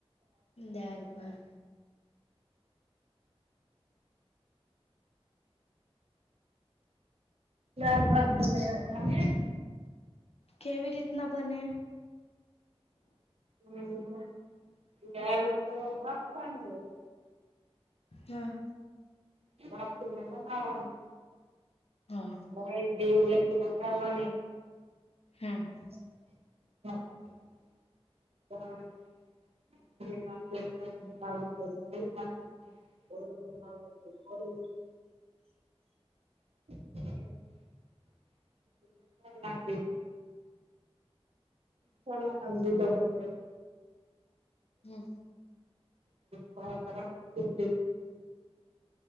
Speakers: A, on the left; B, on the right.
A: દાળ ભાત
B: દાળ ભાત બનાયા તા ને
A: કેવી રીતના બને
B: <unintelligible> બાફવાની હોય
A: હા
B: <unintelligible>
A: હા
B: ભાઈ <unintelligible> ઘારવાની
A: હાં
B: <inaudible> <unintelligible> <unintelligible> <unintelligible> ચલા <unintelligible> બદલ
A: હમ
B: <unintelligible>